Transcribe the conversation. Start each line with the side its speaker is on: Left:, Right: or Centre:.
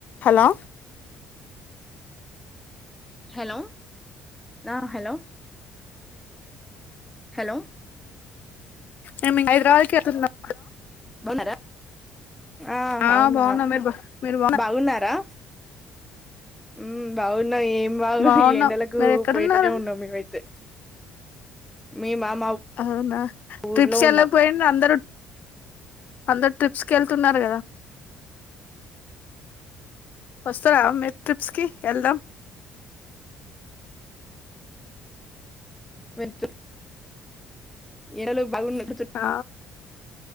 Left: Hello
Centre: hello ఆ hello hello
Left: ఆ మేము హైద్రాబాద్ కు వెళుతున్నాం
Centre: బాగున్నారా ఆహా
Left: ఆ
Centre: అవునా
Left: బాగున్నాం మీరు బా మీరు
Centre: బాగున్నారా హ్ బాగున్నం ఏం బగు
Left: బాగున్నాం
Centre: ఈ ఏండలకు
Left: మీరు ఎక్కడున్నారు
Centre: పోయేటట్టు ఉన్నాము మేము ఆయితే మే మా
Left: అవునా
Centre: ఊర్లో
Left: ట్రిప్స్ ఎలా
Centre: ఉన్నాం
Left: పోయిండ్రు అందరు అందరు ట్రిప్స్ కి వెళ్తున్నారు కదా వస్తారా మీరు ట్రిప్స్ కి వెళ్దాం
Centre: వెళ్తూ ఎడలేవు బాగున్నాయి
Left: ఆ